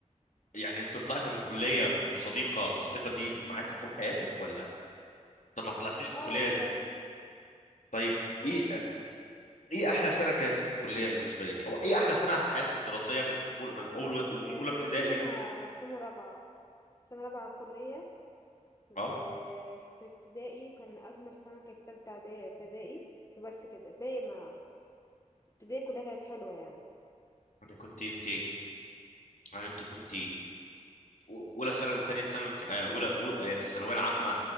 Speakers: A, on the left; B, on the left.
A: يعني انت طلعت من الكلية بصديقة الصديقة دي معاك طول حياتك ولا طب ما طلعتيش من الكلية
B: اه
A: دي
B: شويه
A: طيب
B: ما
A: ايه ايه احلى سنة كانت في الكلية بالنسبة لك او ايه احلى سنة في حياتك الدراسية من اولى من اول من
B: آه،
A: اولى ابتدائي
B: في سنه
A: لح...
B: في سنه رابعه سنه رابعه كليه وفي
A: اه
B: ابتدائي كان أجمل سنة كانت تالتة إعدادي ابتدائي وبس كده باقي ما ابتدائي كلها كانت حلوة يعني
A: انا كنت انت انا انت كنت في اولى ثانوي وثانية ثانوي ك- آه، اولى أولى- يعني الثانوية العامة